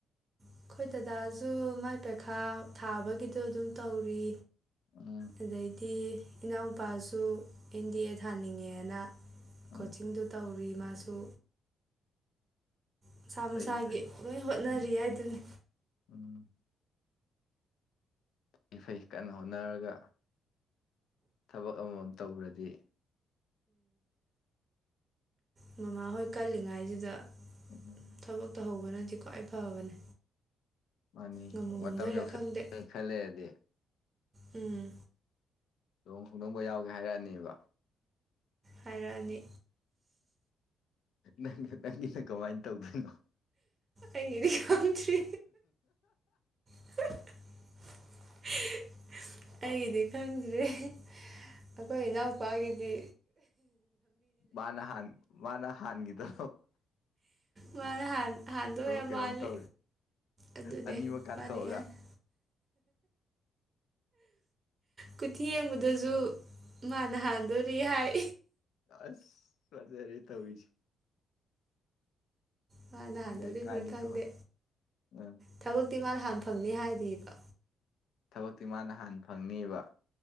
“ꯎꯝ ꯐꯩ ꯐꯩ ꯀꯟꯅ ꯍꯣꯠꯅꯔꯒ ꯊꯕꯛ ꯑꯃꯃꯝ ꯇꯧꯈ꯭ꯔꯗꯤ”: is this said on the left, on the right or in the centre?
Left